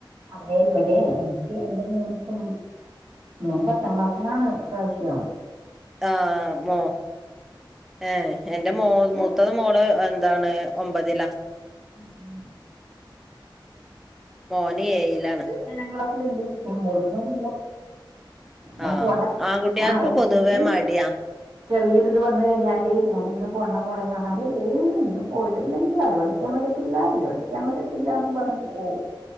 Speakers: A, on the right (about 75°); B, in the centre.
A: അതെ ഇവിടെ എനിക്ക് എന്റെ മോന്ക്ക് അങ്ങനെയാണ് മോന് പത്താം ക്ലാസ്സിലാണ് ഇ പ്രാവശ്യം
B: ആഹ് മോ ഏഹ് എന്റെ മോ
A: മടിയാ
B: മൂത്തത് മോള് എന്താണ് ഒമ്പതിലാ
A: ഉം- ഉം
B: മോന് ഏയിലാണ്
A: രണ്ടാം ക്ലാസ്സിലുണ്ട് പക്ഷെ മോൾക്ക് മടി ഇല്ല ഞാൻ
B: ആഹ്
A: പോണ്ട
B: ആൺകുട്ടികൾക്ക്
A: ആഹ് എന്തെങ്കിലും
B: പൊതുവേ മടിയാ
A: ചെറിയൊരിത് വന്നു കഴിഞ്ഞാല് ഞാൻ ഇന്ന് പോണ്ട മോളേന്ന് പറഞ്ഞാല് ഏയ് ഇന്ന് പോയിട്ടില്ലെങ്കില് അത് പഠി ക്കാൻ പറ്റത്തില്ല ഇത് പഠിക്കാൻ പറ്റത്തില്ലാന്ന് പറഞ്ഞിട്ട് പോവും